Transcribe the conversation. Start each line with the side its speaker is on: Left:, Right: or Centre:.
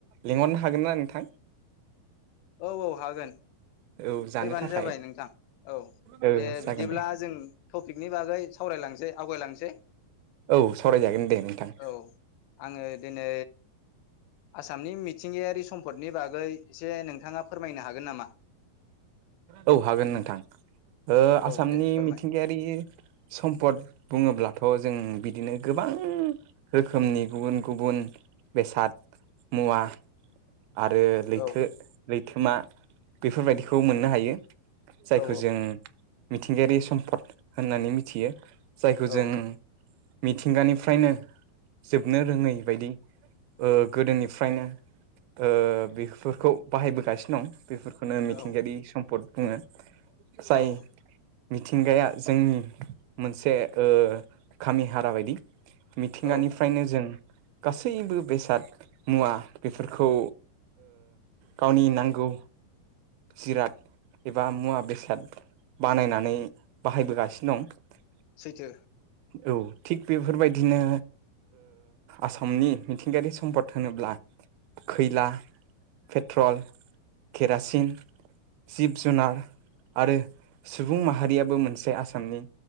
Right: लिंहरनो हागोन ना नोंथां
Left: औ औ हागोन
Right: औ जानो
Left: फैबानो
Right: थाखाय
Left: जाबाय नोंथां औ
Right: ओ
Left: दे
Right: जागोन
Left: बिदिब्ला
Right: दे
Left: जों टपिकनि बागै सावरायलांसै आवगायलांसै
Right: औ सरायजागोन दे नोंथां
Left: औ आङो दिनै आसामनि मिथिंगायारि सम्फदनि बागै एसे नोंथाङा फोरमायनो हागोन नामा
Right: औ हागोन नोंथां ओ आसामनि
Left: औ दे फोरमाय
Right: मिथिंगायारि सम्पद बुङोब्लाथ' जों बिदिनो गोबां रोखोमनि गुबुन गुबुन बेसाद मुवा आरो लैथो
Left: औ
Right: लै थोमा बेफोरबायदिखौ मोननो हायो जायखौ
Left: औ
Right: जों मिथिंगायारि सम्पद होननानै मिथियो जायखौ
Left: औ
Right: जों मिथिंगानिफ्रायनो जोबनो रोङै बायदि ओ गोदोनिफ्रायनो ओ बेफोरखौ बाहायबोगासिनो दं बेफोरखौ बेनो मिथिंगायारि
Left: औ
Right: सम पद बुङो जाय
Left: औ
Right: मिथिंगाया जोंनि मोनसे ओ खामि हारा बायदि मिथिंगानिफ्रायनो
Left: औ
Right: जों गासैबो बेसाद मुवा बेफोरखौ गावनि नांगौ जिराद एबा मुवा बेसाद बानायनानै बाहायबोगासिनो दं
Left: सैथो
Right: औ थिग बेफोरबायदिनो आसामनि मिथिंगायारि सम्पद होनोब्ला खैला पेट्रल केरासिन जिब जुनार आरो सुबुं माहारियाबो मोनसे आसामनि